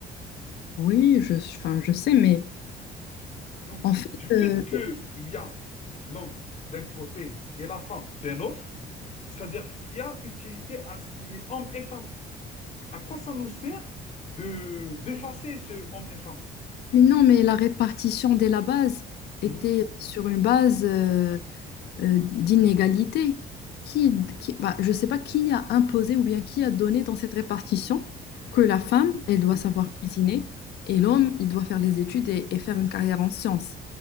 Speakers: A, on the left (about 75°); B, on the left (about 45°).
A: Oui, je, enfin, je sais, mais
B: Donc,
A: en fait,
B: du fait
A: euh,
B: qu'il y a l'homme d'un côté et la femme d'un autre, c'est-à-dire qu'il y a utilité à ce qu'il y ait homme et femme. À quoi ça nous sert de d'effacer ce homme et femme?
A: mais non, mais la répartition dès la base était
B: Mhm,
A: sur une base. euh, euh, d'inégalité. Qui, qui- bah, je ne sais pas qui a imposé ou bien qui a donné dans cette répartition que la femme, elle doit
B: mhm,
A: savoir cuisiner et l'homme, il doit faire les études et, et faire une carrière en sciences.